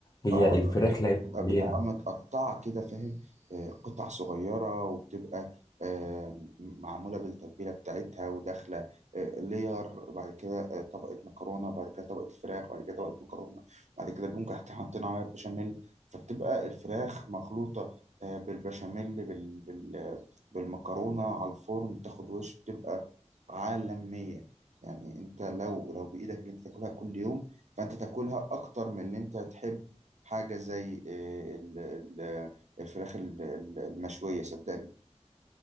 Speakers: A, on the left; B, on the right.
A: هي
B: اه
A: الفراخ لا
B: بتبقى
A: يعلى عليها
B: بتبقى متقطعة كده فاهم آه، قطع صغيرة وبتبقى آه، معمولة بالتتبيلة بتاعتها وداخلة آه، لير وبعد كده آه، طبقة مكرونة وبعد كده طبقة فراخ وبعد كده طبقة مكرونة بعد كده بنقوم تحت حاطين عليها بشاميل فبتبقى الفراخ مخلوطة آه، بالبشاميل بال... بال... بالمكرونة على الفرن تاخد وش بتبقى عالمية يعني انت لو لو بإيدك اللي انت تاكلها كل يوم فانت تاكلها اكتر من اللي انت تحب حاجة زي آه، ال- ال- الفراخ ال- ال- المشوية صدقني